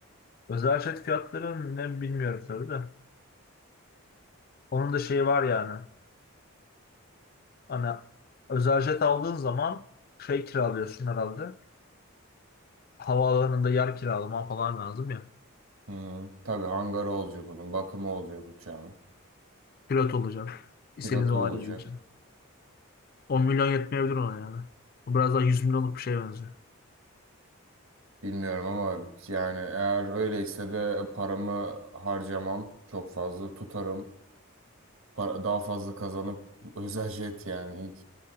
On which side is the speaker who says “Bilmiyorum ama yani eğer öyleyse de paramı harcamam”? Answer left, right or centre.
Right